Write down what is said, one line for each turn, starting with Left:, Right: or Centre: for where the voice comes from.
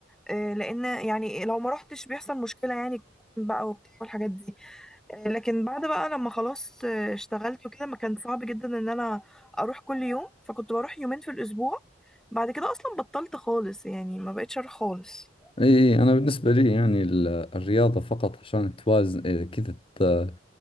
Centre: آه، لان يعني لو ما روحتش بيحصل مشكله يعني بقى وبتاع والحاجات دي آه، لكن بعد بقى لما خلاص آه، اشتغلت وكده ما كان صعب جدا ان انا اروح كل يوم فكنت بروح يومين في الاسبوع بعد كده اصلا بطلت خالص يعني ما بقتش اروح خالص
Left: إي أنا بالنسبة لي يعني ال- الرياضة فقط عشان توازن إيه، كذا ت-